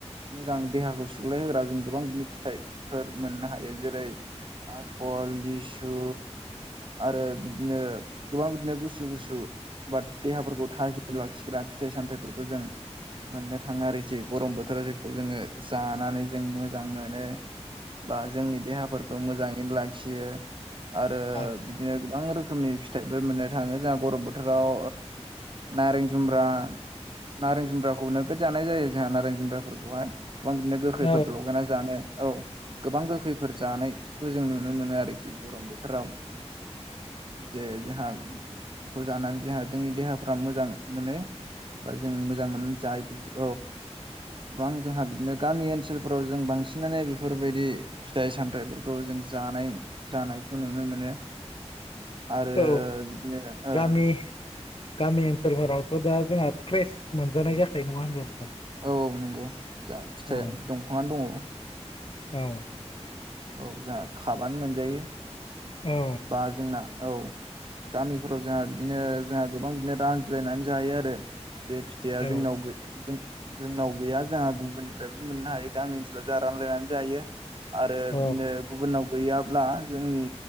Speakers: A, on the right; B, on the left.
A: मोजां देहाखौ सुग्लाय होग्रा जों गोबां बिदिनो फिथाइफोर मोननो हायो जेरै आसफल लिसु। आरो बिदिनो गोबां बिदिनो गुसु गुसु बा देहाफोरखौ थाजिमज्ञलाखिग्रा फिथाइ। सामथाफोरखौ जों मोननो थाङो आरोखि गरम बोथोराव जेखौ जोङो जानानै जों मोजां मोनो। बा जोंनि देहाफोरखौ मोजाङै लाखियो आरो।
B: औ
A: बिदिनो गोबां रोखोमनि फिथाइफोर मोननो थाङो जोंहा गरम बोथोराव। नारें जुम्ब्रा नारें जुम्ब्राखौ नोगोद जानाय जायो जोंहा नारें जुम्ब्राफोरखौहाय गोबां बिदिनो गोखैफोर
B: औ
A: लगायना जानो औ। गोबां गोखैफोर जानायखौ जों नुनो मोनो आरोखि गरम बोथोराव।
B: <unintelligible>
A: जे जोंहा बेखौ जानानै जोंहा जोंनि देहाफ्रा मोजां मोनो बा जों मोजां मोनो जायो।
B: <unintelligible>
A: गोबां जोंहा बिदिनो गामि ओनसोलफोराव जों बांसिनानो बेफोरबायदि फिथाइ सामथायाइफोरखौ जों। जानाय जानायखौ नुनो मोनो।। आरो
B: औ
A: बिदिनो ओ
B: गामि गामि ओनसोल गामिफोरावथदा जोंहा फ्रेस मोनजानाय जाखायो नङा होनब नोंथां।
A: औ नंगौ जहा फिथाइ
B: औ
A: दंफाङानो दङ।
B: औ।
A: औ जोंहा खाबानो मोनजायो।
B: औ
A: बा जोंना औ। गामिफोराव जोंहा बिदिनो जोंहा गोबां बिदिनो रानज्लायनानै जायो आरो जे फिथाइया
B: औ
A: जोंनाव जोंनाव गैया जोंहा गुबुननिफ्रायबो मोननो हायो गामि ओनसोलाव जोंहा रानलायनानै जायो। आरो
B: औ
A: बिदिनो गुबुनाव गैयाब्ला जोंनि।